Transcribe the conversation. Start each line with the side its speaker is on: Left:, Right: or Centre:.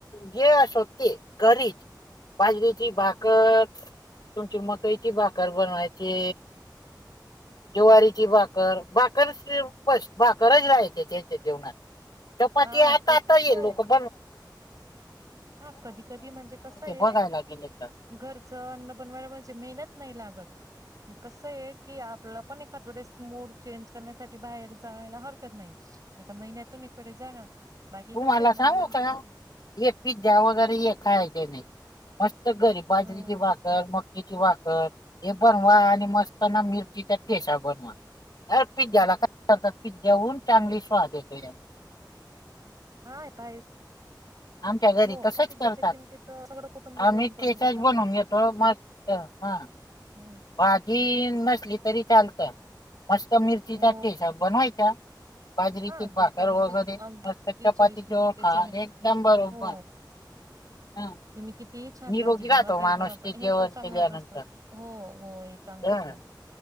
Left: जे असो ते घरीच बाजरीची भाकर तुमची मकईची भाकर बनवायचे जवारीची भाकर, भाकर असली की <inaudible> <inaudible> त्याच्या जेवनात चपाती
Right: हा
Left: आता
Right: क
Left: आताय
Right: हो
Left: लोकं <inaudible>
Right: हा कधी कधी म्हणजे कसं आहे
Left: बघायला गेले तर.
Right: घरचं अन्न बनवायला म्हणजे मेहनत नाही लागत. कसं आहे की आपलं पण एखाद्या वेळेस मोड चेंज करण्यासाठी बाहेर जायला हरकत नाही. तर का महिन्यातून इकडे जाणं बाकी
Left: तुम्हाला
Right: कसं आहे मग
Left: सांगू
Right: माणसांनी
Left: का हे पिझ्झा वगैरे हे खायचे नाही मस्त घरी बाजरीचे
Right: हम्म
Left: भाकर म कईची भाकर बनवा आणि मस्त ना मिरचीच्या ठेसा बनवा अर पिझ्जाला काय? पिझ्झ्याहून चांगली
Right: हो
Left: स्वाद येतो.
Right: हा येत आहे
Left: आमच्या घरी
Right: हो
Left: तसंच
Right: एका पिझ्झ्याच्या
Left: करतात
Right: किंमतीत सगळं कुटुंब
Left: आम्ही
Right: जेवण करून
Left: ठेचाच
Right: जाता ना.
Left: बनवून घेतो मस्त हा
Right: हम्!
Left: भाजी नसली तरी चालतं मस्त मिरचीचा
Right: हो
Left: ठेसा बनवायचा बाजरीचे
Right: हा
Left: भाकर
Right: देत अगदी
Left: वगैरे
Right: अगदी
Left: मस्त चपाती
Right: चविष्ट
Left: जवळ
Right: त्याच्याने
Left: खा एकदम बरोबर,
Right: हो
Left: हा!
Right: तुम्ही कितीही छान
Left: निरोगी
Right: भाजी
Left: राहतो
Right: बनवा काही
Left: माणूस
Right: बनवा पण
Left: ते जेवण
Right: हे तर चांगलंच
Left: केल्यानंतर
Right: असतं. हो हो, हे चांगलंच
Left: हा.
Right: आहे.